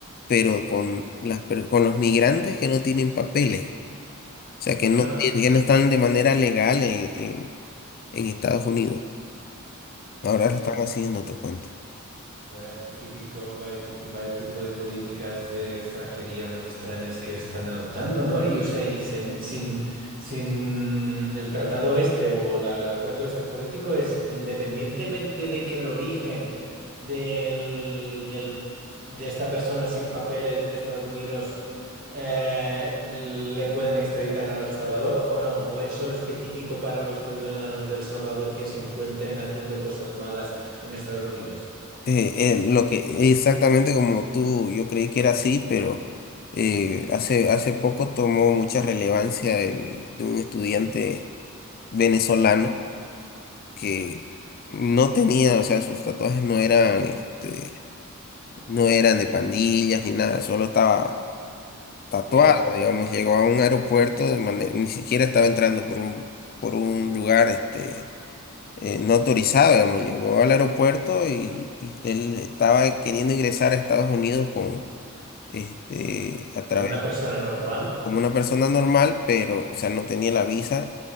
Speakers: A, on the left (about 45°); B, on the right (about 45°).
A: pero con las, per- con los migrantes que no tienen papeles. sea,
B: Ya,
A: que no, tiene- que no están de manera legal en, en- en Estados Unidos. Ahora
B: Hostia.
A: lo están haciendo, te cuento.
B: Vaya típico, vaya, ti- vaya tipo de políticas de extranjería más extrañas que están adoptando, ¿no? Y o sea, y sen- sin, sin el tratado este o la- el acuerdo este político es independientemente de que el origen del, del- de esta persona sin papeles en Estados Unidos eh, le pueden extraditar a El Salvador o no, o es solo específico para los ciudadanos de El Salvador que se encuentren haciendo cosas malas en Estados Unidos.
A: Eh, eh, lo que exactamente como tú, yo creí que era así, pero eh, hace, hace poco tomó mucha relevancia el, de un estudiante venezolano que no tenía, o sea, sus tatuajes no eran, este, no eran de pandillas ni nada, solo estaba tatuado,
B: Ya.
A: digamos, llegó a un aeropuerto de manera, ni siquiera estaba entrando por un, por un lugar este, eh, no autorizado, digamos, llegó al aeropuerto y, y él estaba queriendo ingresar a Estados Unidos con, este, a través,
B: Como una persona normal.
A: como una persona normal, pero, o sea, no tenía la visa